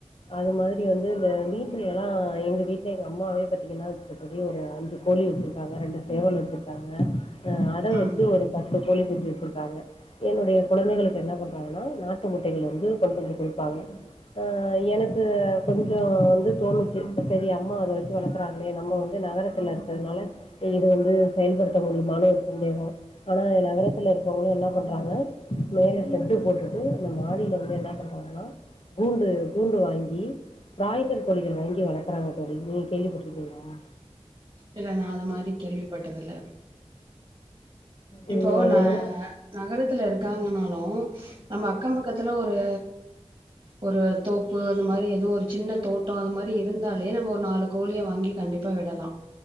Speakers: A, on the left; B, on the right.
A: அது மாரி வந்து இந்த வீட்டல எல்லா எங்க வீட்டுல எங்க அம்மாவே பத்தீங்கன்னா வச்சுக்கோ தோழி ஒரு அஞ்சு கோழி வச்சிருக்காங்க ரெண்டு சேவல் வச்சிருக்காங்க ஆ அடை
B: ம்
A: வெச்சு ஒரு ப கோழி குஞ்சு வச்சிருக்காங்க என்னுடைய கொழந்தைகளுக்கு என்ன பண்றாங்கன்னா நாட்டு முட்டைகள் வந்து கொண்டு வந்து கொடுப்பாங்க அ அ எனக்கு கொஞ்சோ வந்து தோணுச்சு சேரி அம்மா அத வச்சு வளர்க்குறாங்களே நம்ம வந்து நகரத்தில் இருக்கிறதுனால இது வந்து செயல்படுத்த முடியுமானு ஒரு சந்தேகம் ஆனா நகரத்தில் இருக்கவங்களு என்ன பண்ணுறாங்க மேலே செட்டு போட்டுட்டு இந்த மாடியில வந்து என்ன பண்றாங்கன்னா கூண்டு கூண்டு வாங்கி பிராய்லர் கோழிகள் வாங்கி வளர்க்குறாங்க தோழி நீங்க கேள்விப்பட்டிருக்கீங்களா
B: இல்ல நா அது மாரி கேள்விப்பட்டதுல்ல
A: ம்
B: இப்போ
A: அது
B: நா
A: என்னன்னா
B: நகரத்துல இருக் காங்கணா நம்ம அக்கம் பக்கத்ல ஒரு ஒரு தோப்பு அது மாதிரி எதவு ஒரு சின்ன தோட்ட அது மாதிரி இருந்தாலே நம்ம ஒரு நாலு கோழிய வாங்கி கண்டிப்பா விடலா